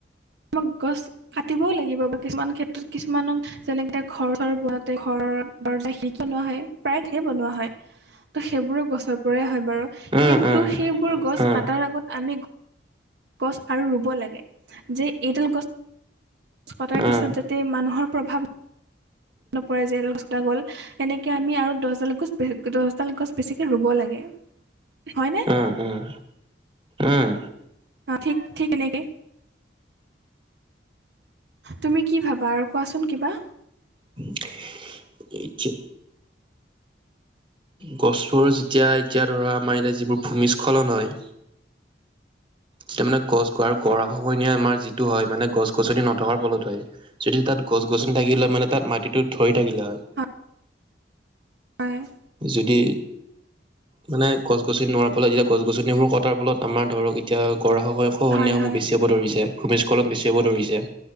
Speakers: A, on the right; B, on the right.
A: আমাক গছ কাটিবও লাগিব বা কিছুমান ক্ষেত্ৰত কিছুমানক- যেনেকে ঘৰ চৰ বনাওঁতে ঘৰৰ দৰ্জা খিৰিকি বনোৱা হয়। প্ৰায় থেৰ বনোৱা হয়, সেইবোৰো গছৰ পৰাই হয়- বাৰু
B: উম
A: কিন্তু
B: উম
A: সেইবোৰ গছ
B: উম
A: কটাৰ আগত আমি- গছ আৰু ৰুব লাগে যে এডাল গছ- গছ কটাৰ
B: উম,
A: পিছত যাতে মানুহৰ প্ৰভাৱ নপৰে যে গছ কটা গ'ল। সেনেকে আমি আৰু দহডাল গছ দহডাল গছ বেছিকে ৰুব লাগে, হয় নে।
B: উম উম। উম।
A: অঁ, ঠিক ঠিক এনেকে। তুমি কি ভাবা আৰু কোৱাচোন কিবা?
B: <unintelligible> এইতোৱে। গছবোৰ যেতিয়া এতিয়া ধৰা আমাৰ ইয়াত যিবোৰ ভূমিস্খলন হয়- যেতিয়া মানে গছ আৰু গৰা খহনীয়া আমাৰ যিটো হয় মানে গছ-গছনি নথকাৰ ফলত হয়। যদি তাত গছ-গছনি থাকিলে হয় মানে তাত মাটিটো ধৰি থাকিলে হয়।
A: <unintelligible> হয়।
B: যদি- মানে গছ-গছনি নোহোৱাৰ ফলত যেতিয়া গছ-গছনিসমূহ কটাৰ ফলত আমাৰ ধৰক এতিয়া গৰা খহ- খহনীয়াসমূহ
A: হয়, হয়,
B: বেছি হ'ব ধৰিছে, ভূমিস্খলন বেছি হ'ব ধৰিছে।